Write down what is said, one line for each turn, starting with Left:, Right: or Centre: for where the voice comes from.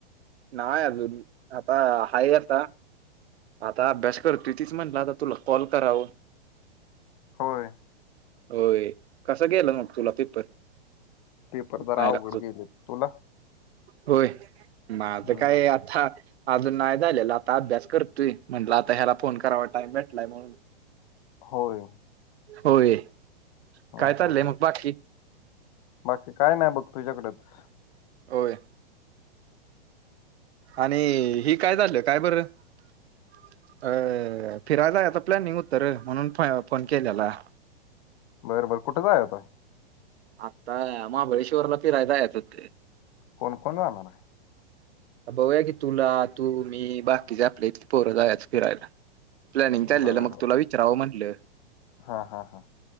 Right: नाय अजून आता हाय एकदा आता अभ्यास करतूय तीच म्हटलं आता तुला कॉल करावं.
Left: होय.
Right: होय कस गेलं मग तुला पेपर?
Left: पेपर जरा
Right: नाहीला
Left: अवघड
Right: कस
Left: गेले. तुला?
Right: होय माझं
Left: हम्म
Right: काय आता अजून नाही झालेलं आता अभ्यास करतोय म्हंटलं आता ह्याला फोन करावा टाइम भेटलाय म्हणून.
Left: होय.
Right: होय.
Left: हां
Right: काय चाललंय
Left: हां
Right: मग
Left: हां
Right: बाकी
Left: बाकी काय नाही बघ तुझ्याकडेच
Right: होय. आणि हि काय झाल काय बर अ फिराय याचा प्लॅनिंग होत र म्हणून फोन केल्याला.
Left: बरं बर कुठं जायाचा?
Right: आता महाबळेश्वरला फिरायला जायचं होत.
Left: कोण-कोण जाणार आहे?
Right: बघुया की तुला तू, मी बाकीचे आपल्या इथली पोरं जायचं फिरायला. प्लॅनिंग चाललेलं
Left: बरं
Right: मग तुला विचारवं म्हटलं.
Left: हा हा हा